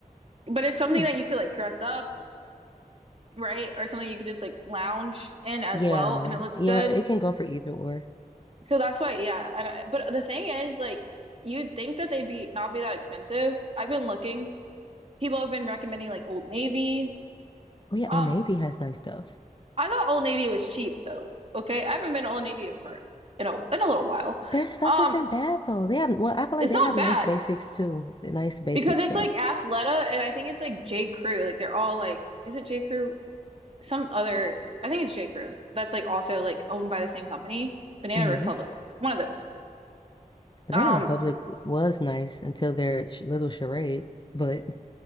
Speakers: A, on the right; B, on the left.
A: but it's something
B: Mm.
A: that you could like dress up. right? Or something you could just like lounge in as
B: Yeah,
A: well, and it looks
B: yeah,
A: good.
B: it can go for either or.
A: So that's why, yeah. And I, but the thing is, like, you'd think that they'd be not be that expensive. I've been looking. People have been recommending like Old Navy.
B: Oh yeah,
A: Um,
B: Old Navy has nice stuff.
A: I thought Old Navy was cheap though. Okay, I haven't been to Old Navy in for in a in a little while.
B: Their stuff
A: Um,
B: isn't bad though. They have well, I feel
A: it's
B: like they
A: not
B: have
A: bad
B: nice basics too. The Nice basic
A: because it's
B: stuff.
A: like Athleta, and I think it's like J. Crew. Like they're all like, is it J. Crew? some other, I think it's J. Crew. That's like also like owned by the same company, Banana
B: hmm
A: Republic, one of those.
B: Banana
A: Um,
B: Republic was nice until their ch- little charade, but.